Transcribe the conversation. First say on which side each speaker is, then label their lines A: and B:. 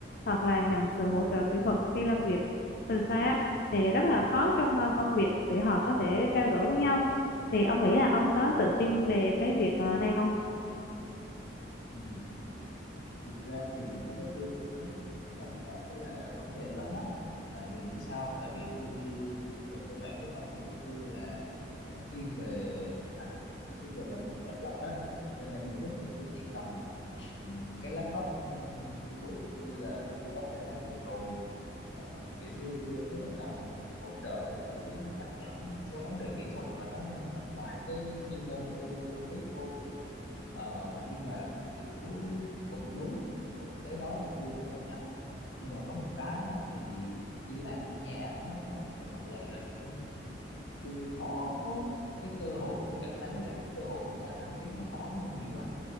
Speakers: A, on the left; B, on the left.
A: hoặc là nhận sự hỗ trợ kỹ thuật khi làm việc từ xa á thì rất là khó trong à, công việc để họ có thể trao đổi với nhau thì ông nghĩ là ông có tự tin về cái việc à, này không?
B: Ừ. Thực ra thì đối với tôi cũng không phải là vấn đề lớn lắm tại vì biết sao không? tại vì tôi về cơ bản cái công việc của tôi là nó thiên về hoặc thiên về làm việc độc lập á nên là nhiều lúc thì tôi chỉ cần ừm, cái laptop yêu quý của tôi là tôi có thể làm được rồi Ờ, kiểu như nếu mà cần hỗ trợ thì chủ yếu là chắc là mấy một số vấn đề kỹ thuật mà nó nằm ngoài cái chuyên môn của tôi tôi không biết thôi Ờ, nhưng mà kiểu cũng đúng cũng cái đó thì tôi cũng công nhận nhưng mà có một cái á, thì đi làm ở nhà á, nó có một cái bất lợi là kiểu như tôi khó có cái cơ hội tôi cảm thấy là cái cơ hội mà thăng tiến nó khó hơn nhiều á